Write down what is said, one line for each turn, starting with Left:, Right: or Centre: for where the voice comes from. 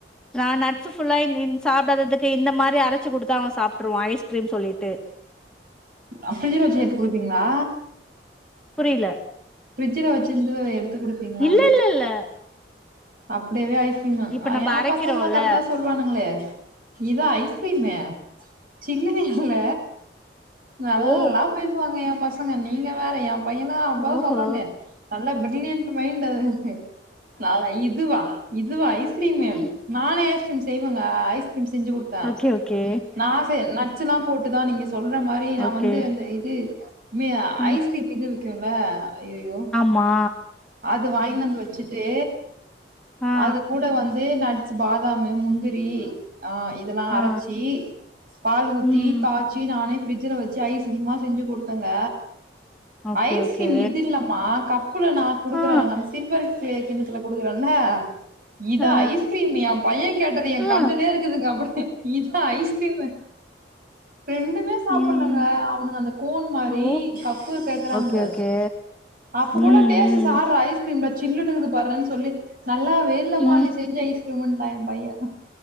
Centre: நா நட்ஸ் ஃபுல்லா இந் மாரி சாப்டாததுக்கு இந்த மாரி அரச்சு குடுத்தா அவ சாப்ட்ருவா ஐஸ்கிரீம் சொல்லிட்டு
Right: அ ப்ரிஜ்ல வச்சு ஏத்து குடுப்பீங்களா
Centre: புரில
Right: ஃப்ரி்ஜில வச்சுருந்து எடுத்து குடுப்பீங்களான
Centre: இல்ல இல்ல இல்ல
Right: அப்டிவே ஐஸ்கீரிம்
Centre: இப்ப
Right: அ
Centre: நம்ம
Right: ஏ
Centre: அரைக்கிறோல்ல
Right: பசங்கல்லா கரெக்டா சொல்லுவானுங்களே இதா ஐஸ்கிரீமூ சில்னு இல்ல நல்லா
Centre: ஓ
Right: பேசுவாங்க எ பசங்க நீங்க வேற எ பையென அதா
Centre: ஓஹோ
Right: சொல்றனே நல்ல பிரீல்லியண்ட் மைண்ட் அது நா இதுவா இதுவா ஐஸ்கிரீமூ
Centre: ம்
Right: நானே ஐஸ்கிரீம் செய்வேங்க ஐஸ்கிரீம் செஞ்சு குடுத்தே
Centre: ஒகே ஒகே
Right: நா சே நச்சுல்லாம் போட்டுதா நீங்க சொல்ற மாரி நா
Centre: ஓகே
Right: வந்து அந்த இது இ
Centre: அ
Right: ஐஸ்கிரீம் இது விக்கும்ல ஐயயோ
Centre: மா
Right: அது வாங்கினு வச்சுட்டு
Centre: ஆ
Right: அது கூட வந்து நட்ஸ் பாதாமு முந்திரி அ இதெல்லா அரச்சி
Centre: ஆ
Right: பால் ஊத்தி
Centre: ம்
Right: காய் ச்சி நானே ஃப்ரிட்ஜல வச்சு ஐஸ்கிரிமா செஞ்சு குடுப்பேங்க
Centre: ஓகே
Right: ஐஸ்கிரீம்
Centre: ஓகே
Right: இது இல்லமா கப்புல நா குடுக்குறாங்
Centre: ஆ
Right: நம்ம சில்வர்ஸ் கே கிண்ணத்துல குடுக்குறாங்லா இதா
Centre: ஆ ஆ
Right: ஐஸ்கிரீமு எ பைய கேட்டது எ
Centre: ஆ
Right: கண்ணுலே இருக்குதுங்க அப்டி இதா ஐஸ்கிரீமு ரெண்டுமே சாப்புலங்க
Centre: ம்
Right: அவனுங்க அந்த கோன் மாரி
Centre: ஓ
Right: கப்பு கேக்றானுங்க
Centre: ஓகே ஓகே
Right: அப்போ
Centre: ம்
Right: கூட டேஸ்ட்
Centre: ம்
Right: பார்டா ஐஸ்கிரீம்டா ஜில்லுன்னு இருக்குது பாருடா சொல்லி நல்லா வேலமா
Centre: ம்
Right: நீ செஞ்சு ஐஸ்கிரீமுன்ட்டாங்கே பையோ